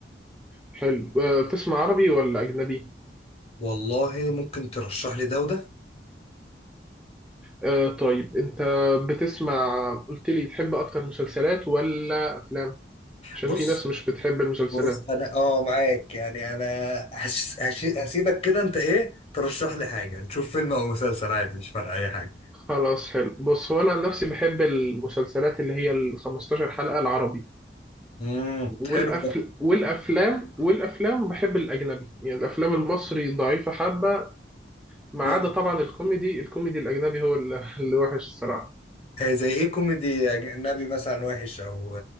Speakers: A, in the centre; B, on the left (about 35°).
A: حلو أه بتسمع عربي ولا اجنبي
B: والله ممكن ترشح لي ده وده
A: أه طيب انت بتسمع قلت لي تحب اكتر مسلسلات ولا افلام عشان
B: بص
A: في ناس مش بتحب المسلسلات
B: بص انا اه معاك يعني انا هش هش هسيبك كده انت ايه ترشح لي حاجه نشوف فيلم او مسلسل عادي مش فارقه اي حاجه
A: خلاص حلو بص هو انا عن نفسي بحب المسلسلات اللي هي ال 15 حلقة العربي
B: امم
A: والأفل...
B: حلو
A: والافلام والافلام بحب الاجنبي يعني الافلام المصري ضعيفة حبة ما
B: ده
A: عدا طبعا الكوميدي الكوميدي الاجنبي هو اللي اللي وحش الصراحة
B: آه، زي ايه كوميدي اجنبي مثلا وحش او